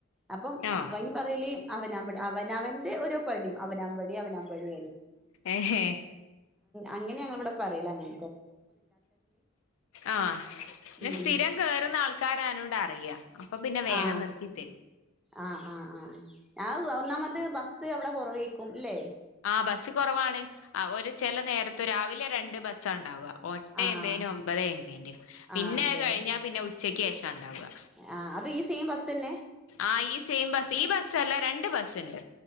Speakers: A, in the centre; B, on the left.
A: അപ്പം
B: ആഹ്
A: അപ്പൊ അയ്നി പറയല് അവനവ അവനവന്റെ ഒരു പടി അവനാമ്പടി അവനാമ്പടി
B: ഏഹേ
A: അങ്ങനെ ഞങ്ങളിവിടെ പറയല അങ്ങനെ
B: ആഹ് ന്ന
A: ഉം
B: സ്ഥിരം കേറുന്ന ആൾക്കാരാവോണ്ട് അറിയാ അപ്പൊ പിന്നെ വേഗം
A: ആഹ്
B: നിർത്തി തരും
A: ആഹ് ആഹ് ആഹ് ഞാൻ ഒന്നാമത് ബസ്സ് അവിടെ കുറവേക്കും അല്ലേ
B: ആഹ് ബസ്സ് കുറവാണ് ആ ഒരു ചെല നേരത്ത് രാവിലെ രണ്ട് ബസ്സ ഉണ്ടാവ ഒട്ടെ
A: ആഹ്
B: എമ്പേനും ഒമ്പത് എമ്പേന്റെയും പിന്നെ
A: ആഹ് അതെ
B: അത് കഴിഞ്ഞാ പിന്നെ ഉച്ചക്ക് ശേഷ ഉണ്ടാവുക
A: ആഹ് അതും ഈ സെയിം ബസ്സെന്നെ
B: ആ ഈ സെയിം ബസ് ഈ ബസ്സല്ല രണ്ട് ബസ്സ് ഉണ്ട്